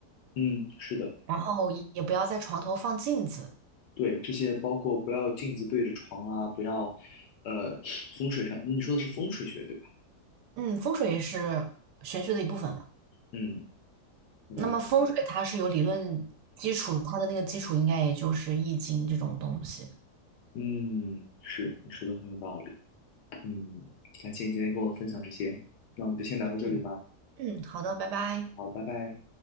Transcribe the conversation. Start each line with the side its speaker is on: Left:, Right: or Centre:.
Left: 嗯，是的，
Right: 然后也也不要在床头放镜子。
Left: 对，这些包括不要镜子对着床啊，不要，呃，风水上，你说的是风水学，对吧？
Right: 嗯，风水也是玄学的一部分嘛。
Left: 嗯，了解。
Right: 那么风水它是有理论基础，它的那个基础应该也就是易经这种东西。
Left: 嗯，是，你说的很有道理。嗯，感谢你今天跟我分享这些，那我们就先聊到这里吧。
Right: 嗯嗯，好的，拜拜。
Left: 好，拜拜。